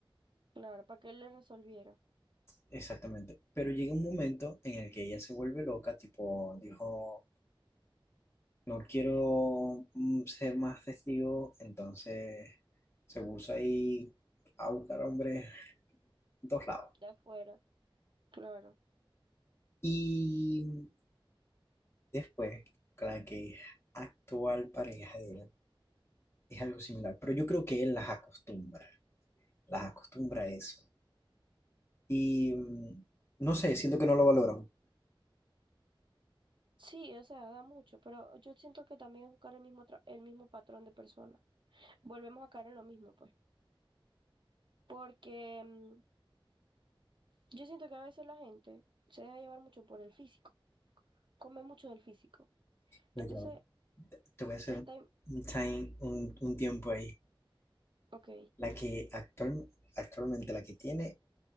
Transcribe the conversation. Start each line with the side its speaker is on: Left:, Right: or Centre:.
Right: claro, para que él le resolviera
Left: exactamente. Pero llega un momento en el que ella se vuelve loca, tipo, dijo, no quiero mm, ser más testigo, entonces se puso ahí a buscar hombres en todos lados.
Right: de afuera, claro.
Left: Y después, con la que actual pareja de él, es algo similar, pero yo creo que él las acostumbra, las acostumbra a eso. Y mm, no sé, siento que no lo valoran.
Right: Sí, o sea, da mucho, pero yo siento que también es buscar el mismo, tra- el mismo patrón de persona. Volvemos a caer en lo mismo, pues. Porque mm, yo siento que a veces la gente se deja llevar mucho por el físico, come mucho del físico.
Left: Pero
Right: Entonces,
Left: ya va, te voy a hacer
Right: está, im-
Left: un time, un, un tiempo ahí.
Right: ok,
Left: La que actual- actualmente, la que tiene